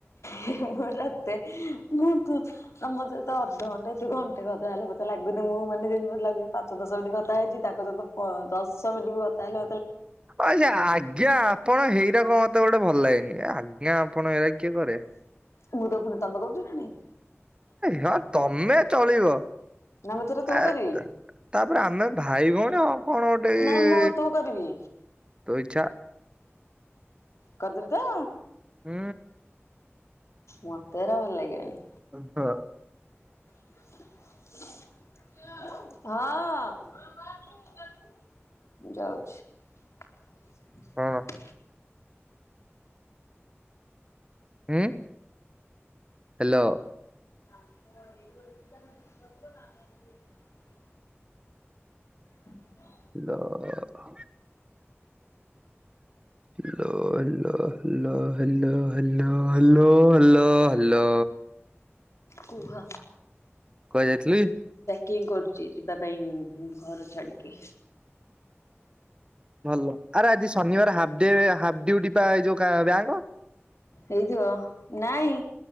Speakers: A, on the left; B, on the right.
A: ହେ ହେ ହେ ହେ ମୁଁ ରା ଏତେ, ମୁଁ ତ ମତେ ତ, ଅଧ ଘଣ୍ଟେ ଦୁ ଘଣ୍ଟେ କଥା ହେଲା ପଚାରଲା ଗୁରୁ ମୁଁ, ମାନେ ଯେମତି ମତେ ଲାଗୁଛି! ପାଞ୍ଚ ଦଶ ମିନଟ କଥା ହେଇଛି। ତାଙ୍କ ସହିତ ପ ଦଶ ମିନ୍ଟି କଥା ହେଲା।
B: ଆଛା! ଆଜ୍ଞା, ଆପଣ ହେଇରାକ ମତେ ଗୋଟେ ଭଲ ଲାଗେନି। ଆଜ୍ଞା! ଆପଣ ଏରା କିଏ କରେ?
A: ମୁଁ, ତ ଫୁଣି ତମେ କରୁଚ ନା ନାଇଁ?
B: ହଁ, ତମେ ଚଳିବ।
A: ନା ମୁଁ ତରେ ତୁ
B: ଆ
A: କରିବି।
B: ତାପରେ, ଆମେ ଭାଇ ଭଉଣୀ ଅ କଣ ଗୋଟେ-ଇ-ଇ,
A: ନାଇଁ ମୁଁ ତୁ କରିବି।
B: ତୋ ଇଛା!
A: କରଦବିତଁ!
B: ହୁଁ।
A: ମତେ ଏରା ଭଲ ଲାଗିବନି।
B: ହଁ।
A: ହଁ। ହ ଯାଉଛି।
B: କଣ ହୁଁ। ହ୍ୟାଲୋ!
A: <inaudible> ହୁଁ
B: ଲ ଅ-ଅ-ଅ। ଲୋ ଲୋ। Hello, hello, hello, hello, hello, hall.
A: କୁହ।
B: କୁଆ ଯାଇଥିଲି?
A: କେଁ କରୁଛି ଯିବା ପାଇଁ ଘର ଛାଡିକି।
B: ଭଲ ଆରେ ଆଜି ଶନିବାର ହାପ୍ ଡେ ହାପ୍ ଡିଉଟି ପା ଏଯୋଉ କା ବ୍ୟାଙ୍କ।
A: ହେଇଥିବ। ନାଇଁ